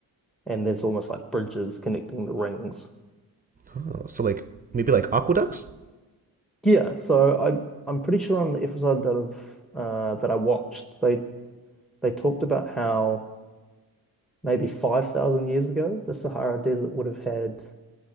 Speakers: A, in the centre; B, on the right (about 25°).
A: and there's almost like bridges connecting the rings.
B: Oh, so like maybe like aqueducts?
A: Yeah, so I I'm pretty sure on the episode that I've uh, that I watched, they they talked about how maybe 5,000 years ago the Sahara Desert would have had